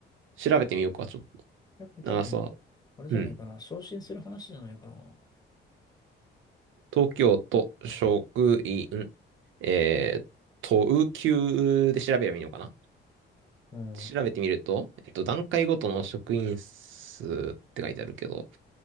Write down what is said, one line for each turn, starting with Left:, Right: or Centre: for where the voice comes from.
Right: 調べてみようか、ちょっ
Left: えこれ多分、
Right: と。あ、そ
Left: あれじゃないかな。
Right: う。うん。
Left: 昇進する話じゃないかな。
Right: 東京都職員、えー、
Left: うん
Right: 都級で調べればいいのかな
Left: うん。
Right: 調べてみると、えっと、段階ごとの職員数って書いてあるけど、